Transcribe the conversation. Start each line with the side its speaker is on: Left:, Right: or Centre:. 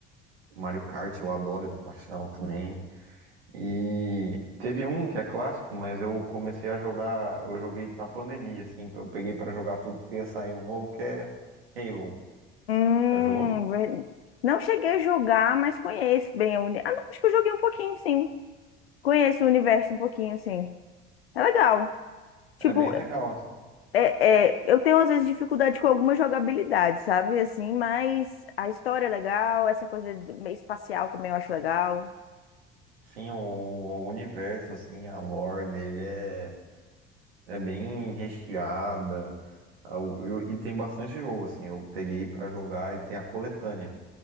Right: o Mario Kart, eu adoro de paixão também. E teve um que é clássico, mas eu comecei a jogar, eu joguei na pandemia, assim, então eu peguei pra jogar tudo porque ia sair um novo que é Halo.
Left: Hum,
Right: Já jogou?
Left: ver- não cheguei a jogar, mas conheço bem a uni... Ah, não, acho que eu joguei um pouquinho, sim. Conheço o universo um pouquinho, sim. É legal. Tipo,
Right: É bem legal, assim.
Left: é, é, eu tenho às vezes dificuldade com alguma jogabilidade, sabe? Assim, mas a história é legal, essa coisa meio espacial também eu acho legal.
Right: Sim, o, o universo, assim, a lore dele é, é bem recheada. Ah, o- eu- e tem bastante jogo, assim, eu peguei pra jogar e tem a coletânea.